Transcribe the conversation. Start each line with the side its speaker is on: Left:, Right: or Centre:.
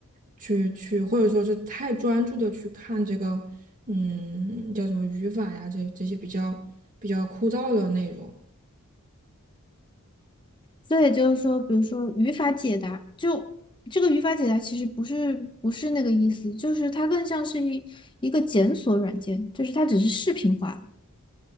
Right: 去去，或者说是太专注的去看这个，嗯，叫什么语法呀，这这些比较比较枯燥的内容。
Left: 这也就是说，比如说语法解答，就这个语法解答其实不是不是那个意思，就是它更像是一一个检索软件，就是它只是视频化。